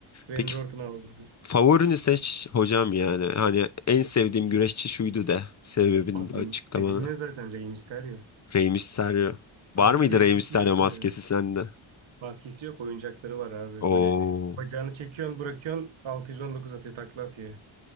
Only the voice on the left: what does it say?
Peki
Favorini seç hocam yani. Hani en sevdiğim güreşçi şuydu de. Sebebini
de açıklamanı.
Rey Mysterio. Var
mıydı
Rey
Mysterio maskesi
sende?
Oo,